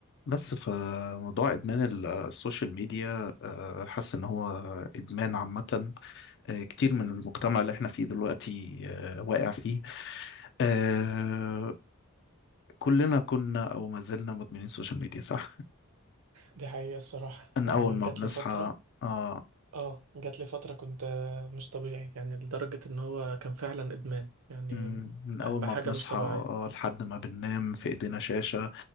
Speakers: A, on the left; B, on the right.
A: بس فموضوع ادمان ال- السوشيال ميديا آه، حاسس ان هو ادمان عامة آه، كتير من المجتمع اللي احنا فيه دلوقتي آه، واقع فيه آه، كلنا كنا او ما زلنا مدمنين سوشيال ميديا صح؟
B: دي حقيقة الصراحة
A: من
B: يعني
A: اول ما
B: جات
A: بنصحى
B: لي فترة
A: اه
B: اه جات لي فترة كنت آه، مش طبيعي يعني لدرجة ان هو كان فعلا ادمان يعني
A: مم، من اول
B: بحاجة
A: ما بنصحى
B: مش طبيعية
A: آه، لحد ما بننام في ايدينا شاشة